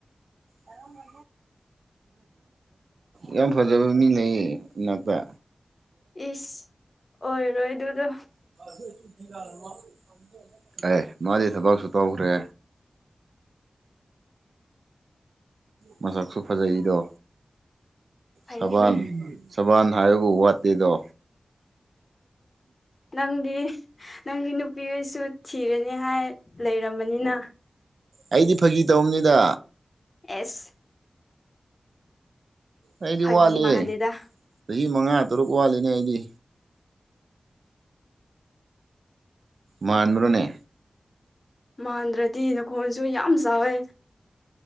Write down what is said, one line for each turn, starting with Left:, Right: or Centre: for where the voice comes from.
Right: ꯑꯔ ꯃ ꯌꯥꯝ ꯐꯖꯕ ꯃꯤꯅꯌꯦ ꯏꯅꯥꯛꯇ
Left: ꯏꯁ ꯑꯣꯏꯔꯣꯏ ꯑꯗꯨꯗꯣ
Right: ꯑ ꯑꯦ ꯃꯥꯗꯤꯦ ꯊꯕꯥꯥꯎꯁꯨ ꯇꯥꯎꯈ꯭ꯔꯦ ꯃꯆꯥꯁꯨ ꯐꯖꯩꯔꯣ
Left: ꯐꯩꯅꯦ
Right: ꯁꯕꯥꯟ ꯁꯕꯥꯟ ꯍꯥꯏꯔ‌ꯦꯕꯨ ꯋꯥꯠꯇꯦꯗꯣ
Left: ꯅꯪꯗꯤ ꯅꯪꯗꯤ ꯅꯨꯄꯤꯁꯨ ꯊꯤꯔꯅꯤ ꯍꯥꯏ ꯂꯩꯔꯝꯕꯅꯤꯅ
Right: ꯑꯩꯗꯤ ꯐꯥꯒꯤ ꯇꯧꯅꯤꯗ
Left: ꯑꯦꯁ
Right: ꯑꯩꯗꯤ
Left: ꯐꯥꯒꯤ
Right: ꯋꯥꯠꯂꯤ
Left: ꯃꯥꯟꯗꯦꯗ
Right: ꯆꯍꯤ ꯃꯉꯥ ꯇꯔꯨꯛ ꯋꯥꯠꯂꯤꯅꯦ ꯑꯩꯗꯤ ꯃꯥꯟꯕ꯭ꯔꯅꯦ
Left: ꯃꯥꯟꯗ꯭ꯔꯗꯤ ꯅꯈꯣꯟꯁꯨ ꯌꯥꯝ ꯆꯥꯎꯋꯦ